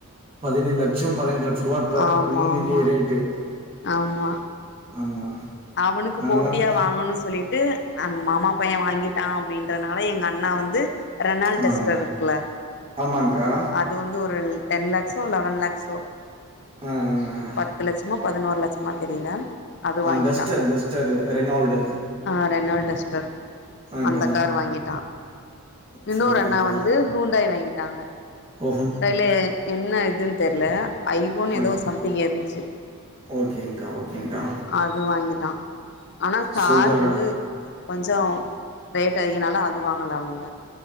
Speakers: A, on the right (about 25°); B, on the left (about 50°).
A: பதினேழு லெக் ட்சம் பதினெட்டு லட்சம் ரூபா இப்ப
B: ஆமா
A: இன்னைக்கு
B: ஆமா
A: ரேட்டு
B: ஆமா
A: ஆமா
B: அவனுக்கு
A: நாங்கலாம்
B: போட்டியா வாங்கணும்னு சொல்லி ட்டு அவங்க மாமா பையன் வாங்கிட்டான் அப்டின்றதுனால எங்க அண்ணா வந்து ரெனால்
A: ஆ
B: டஸ்டர் இருக்குல
A: ஆமாங்க்கா.
B: அது வந்து ஒரு டென் லேக்ஸோ லெவன் லேக்ஸோ
A: ஆ ஆ ஆ
B: பத்து லட்சமா பதினோரு லட்சமா தெரியல அது
A: ஆ
B: வாங்கிட்டா
A: டஸ்டர் டஸ்டர் ரெனோல்டு
B: ஆ ரெனால்டஸ்டர்
A: ஆங்க்கா.
B: அந்த கார் வாங்கிட்டா இன்னொரு
A: சூப்பர்க்கா.
B: அண்ணா வந்து ஹூண்டாய் வாங்கிட்டாங்க
A: ஓ!
B: ஹூண்டாய்ல என்ன இதுன் தெர்ல ஐ ஒன்
A: ஆங்
B: ஏதோ சம்திங் இருந்ச்சு
A: ஓகேங்க்கா ஓகேங்க்கா
B: அது வாங்கிட்டா ஆனா தார்
A: சூப்பர்க்கா.
B: வந்து கொஞ்ச ரேட் அதிகனால அது வாங்கல அவங்க